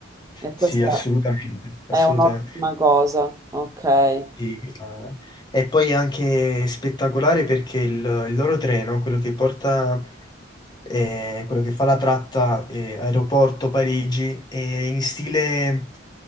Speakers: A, on the right; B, on the left.
A: e questa
B: Sì, assolutamente, assolutamente.
A: è un'ottima cosa, ok.
B: Sì, eh, E poi è anche spettacolare perché il, il loro treno, quello che porta eh, quello che fa la tratta eh, aeroporto Parigi, eh, in stile,